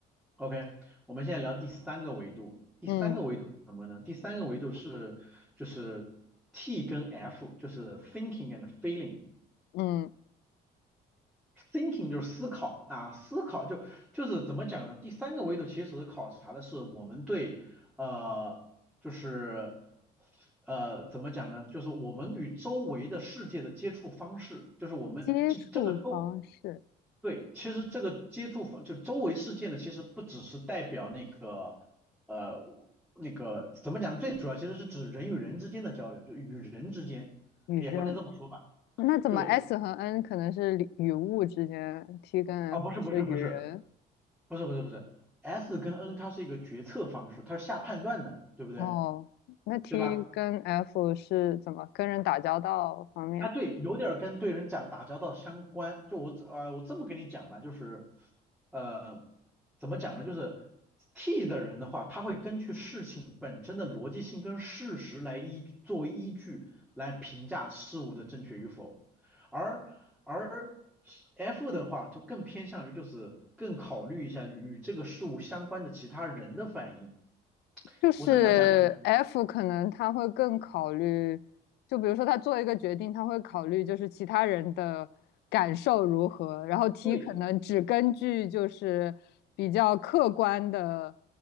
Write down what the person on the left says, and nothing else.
嗯。
嗯，
接触方式
与人，
那怎么
S 和 N 可能是与与物之间，T 跟
F 是与人。
哦，那 T
跟 F 是怎么跟人打交道方面？
就是
F 可能他会更考虑，就比如说他做一个决定，他会考虑就是其他人的感受如何，然后 T
可能只根据就是比较客观的